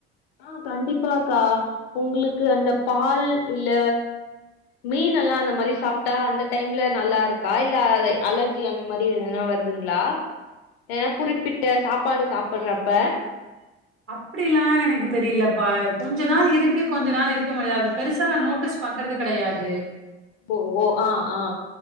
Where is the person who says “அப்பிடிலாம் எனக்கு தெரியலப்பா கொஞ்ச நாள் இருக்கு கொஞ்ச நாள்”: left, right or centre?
Right